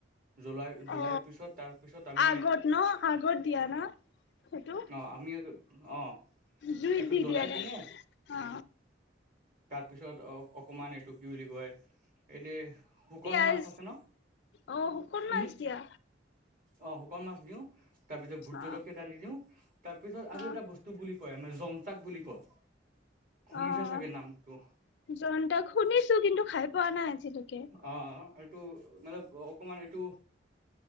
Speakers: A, on the right (about 50°); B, on the left (about 65°).
A: জুলাই-জুলাইৰ
B: অ
A: পিছত তাৰ পিছত আমি
B: আগত ন, আগত দিয়া ন? সেইটো
A: অহ, আমি অৰু, অহ,
B: জুইত
A: এইটো
B: দি
A: জ্বলাই
B: দিয়া তাইক
A: কিনে
B: অ
A: তাৰপিছত অ অকমান এইটো কি বুলি কয়, এইটো শুকান
B: পিয়াজ,
A: মাছ আছে ন
B: অ শুকন মাছ
A: উহু
B: দিয়া?
A: অ শুকান মাছ দিও। তাৰ পিছ ভোট
B: অ
A: জলকীয়া ডালি দিওঁ। তাৰপিছত আৰু
B: অ
A: এটা বস্তু বু বুলি কয় আমাৰ জনতাক বুলি কওঁ। শুনিছা
B: অ',
A: চাগে নামটো
B: জন্তাক শুনিছো কিন্তু খাই পোৱা নাই আজিলৈকে
A: অ অ এইটো মানে অকমান এইটো